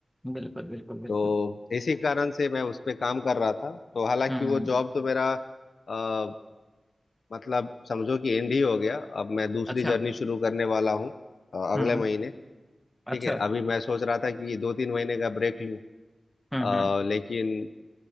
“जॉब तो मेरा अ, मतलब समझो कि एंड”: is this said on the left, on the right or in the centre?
Left